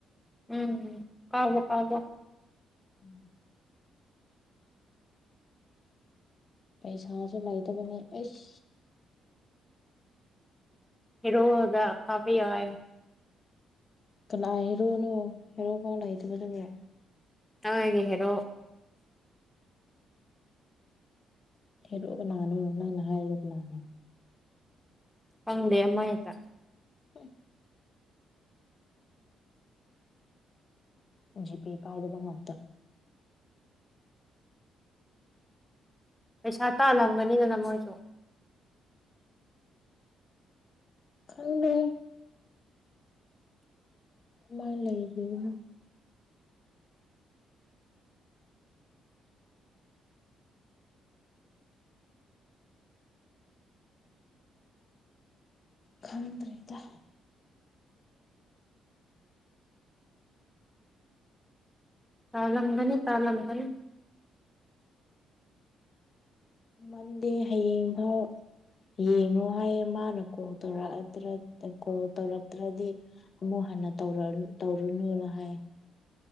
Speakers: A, in the centre; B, on the left.
A: ꯎꯝ ꯀꯥꯞꯕꯣ ꯀꯥꯞꯕꯣ
B: ꯎꯝ ꯄꯩꯁꯥꯁꯨ ꯂꯩꯇꯕꯅꯦ ꯑꯩꯁ
A: ꯍꯤꯔꯣꯗ ꯀꯄꯄꯤꯌꯨ ꯍꯥꯏꯌꯨ
B: ꯀꯅꯥꯏ ꯍꯦꯔꯣꯅꯣ ꯍꯦꯔꯣ ꯐꯥꯎ ꯂꯩꯇꯕꯗꯨꯅꯦ
A: ꯅꯣꯏꯒꯤ ꯍ‌ꯦꯔꯣ
B: ꯍꯦꯔꯣ ꯀꯅꯥꯅꯣ ꯅꯪꯅ ꯍꯥꯏꯔꯤꯗꯣ ꯀꯅꯥꯅꯣ
A: ꯈꯪꯗꯦ ꯑꯃꯥ ꯍ‌ꯦꯇꯥ
B: <unintelligible> ꯖꯤ ꯄꯦ ꯄꯥꯏꯗꯕ ꯉꯥꯛꯇ
A: ꯄꯩꯁꯥ ꯇꯥꯜꯂꯝꯒꯅꯤꯗꯅ ꯃꯣꯏꯁꯨ
B: ꯈꯪꯗ‌ꯦ ꯃꯥꯥꯏ ꯂꯩꯕꯅꯤꯅ ꯈꯪꯗ꯭ꯔꯦꯗ
A: ꯇꯥꯜꯂꯝꯒꯅꯤ ꯇꯥꯜꯂꯝꯒꯅꯤ
B: ꯃꯟꯗꯦ ꯍꯌꯦꯡꯐꯥꯎ ꯌꯦꯡꯉꯣ ꯍꯥꯏꯌꯦ ꯃꯥꯅ ꯀꯣꯜ ꯇꯧꯔ ꯀꯣꯜ ꯇꯧꯔꯛꯇ꯭ꯔꯗꯤ ꯑꯃꯨꯛ ꯍꯟꯅ ꯇꯧꯔ ꯇꯧꯔꯨꯅꯨꯅ ꯍꯥꯏ